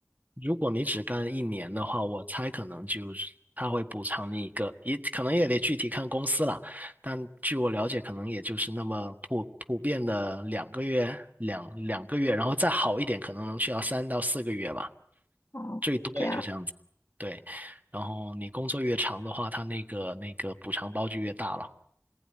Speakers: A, on the right; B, on the left.
A: 如果你只干一年的话，我猜可能就是他会补偿你一个，也可能也得具体看公司了。但据我了解，可能也就是那么普普遍的两个月，两两个月，然后再好一点，可能能去到三到四个月吧，
B: 哦、
A: 最多也就这样子。
B: 这样，
A: 对，然后你工作越长的话，他那个那个补偿包就越大了。